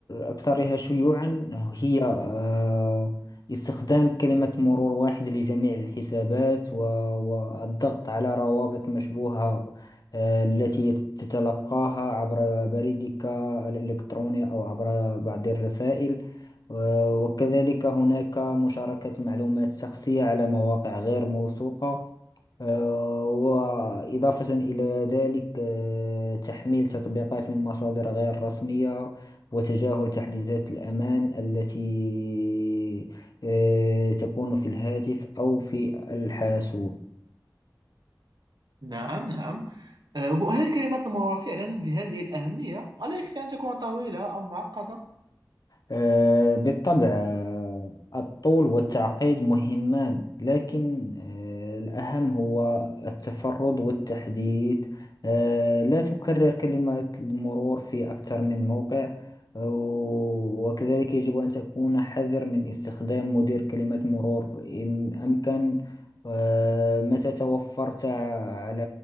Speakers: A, on the left; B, on the right.
A: أكثرها شيوعا هي آه، استخدام كلمة مرور واحد لجميع الحسابات و- والضغط على روابط مشبوهة آه، التي تتلقاها عبر بريدك الإلكتروني أو عبر بعض الرسائل آه، وكذلك هناك مشاركة معلومات شخصية على مواقع غير موثوقة آه، وإضافة إلى ذلك آه، تحميل تطبيقات من مصادر غير رسمية وتجاهل تحديثات الأمان التي آه، تكون في الهاتف أو في الحاسوب
B: نعم نعم أه وهل الكلمات المرورة فعلا بهذه الأهمية؟ ولا يكفي أن تكون طويلة أو معقدة؟
A: آه، بالطبع آه، الطول والتعقيد مهمان لكن آه، الأهم هو التفرد والتحديث آه، لا تكرر كلمات المرور في أكثر من موقع آه، وكذلك يجب أن تكون حذر من استخدام مدير كلمات مرور إن أمكن آه، متى توفرت على